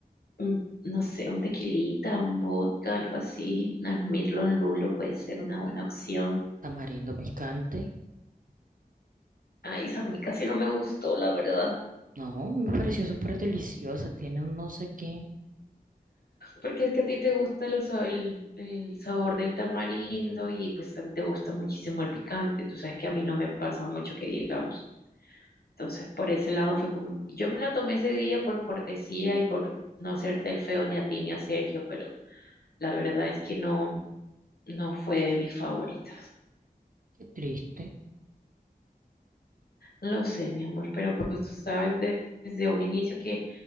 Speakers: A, on the left; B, on the right.
A: un, no sé, un tequilita, un vodka, algo así, una Smirnoff Lulo puede ser una buena opción.
B: Tamarindo picante,
A: Ay, esa a mí casi no me gustó, la verdad.
B: no, me pareció súper deliciosa, tiene un no sé qué,
A: Porque es que a ti te gusta el, sa- el, el sabor del tamarindo y pues a ti te gusta muchísimo el picante. Tú sabes que a mí no me pasa mucho que digamos. Entonces, por ese lado fue como, yo me la tomé ese día por cortesía y por no hacerte el feo ni a ti ni a Sergio, pero la verdad es que no, no fue de mis favoritas.
B: qué triste,
A: No lo sé, mi amor, pero pues tú sabes de- desde un inicio que